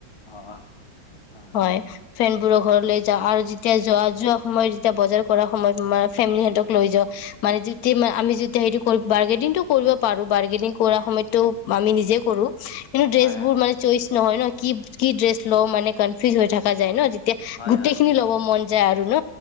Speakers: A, on the left; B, on the left.
A: অ অ
B: হয় ফেনবোৰক ঘৰলৈ যাওঁ আৰু যেতিয়া যোৱা যোৱা সময়ত যেতিয়া বজাৰ কৰা সময়ত ম ফেমিলি সহঁতক লৈ যাওঁ মানে তে আমি যেতি হেৰিটো কৰো বাৰ্গেনিংটো কৰিব পাৰো বাৰ্গেনিং কৰাৰ সময়ত তটো আমি নিজে কৰো কিন্তু ড্ৰেছ
A: হয়
B: বোৰ মানে চইচ নহয় ন কি কি ড্ৰেছ লওঁ মানে ফি হৈ থাককা যায় ন এতিয়া
A: হয়
B: গোটেই
A: হয়
B: খিনি ল'ব মন যায় আৰু ন